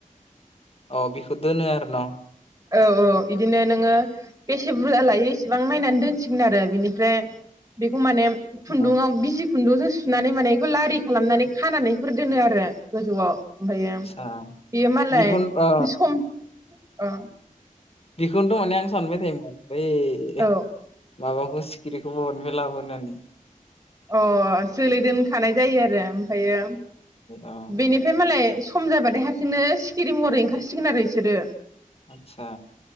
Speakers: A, on the left; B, on the right.
A: औ बेखौ दोनो आरो न'?
B: औ औ इदिनो नोङो बेसे बुरजा लायो बेसेबां नायनानै दोनसिगोन आरो बिनिफ्राय बेखौ माने खुन्दुङाआव
A: अ
B: बिजि खुन्दुंजों सुनानै माने इखौ लारि खालामनानै खानानैफोर दोनो आरो गोजौआव। ओमफ्रायो
A: आदसा
B: बेयो मालाय
A: बिखौन अ
B: सम औ।
A: बिखनोथ' माने आं सानबाय थायोमोन ओइ
B: औ
A: माबाखौ सिखिरिखौ बहानिफ्राय लाबो होननानै?
B: अ जोलै दोनखानाय जायो आरो ओमफ्रायो
A: अ
B: बेनिफ्राय मालाय खम जाबाथाय हारसिंनो सिखिरि महरै ओंखारसिगोन आरो इसोरो।
A: आतसा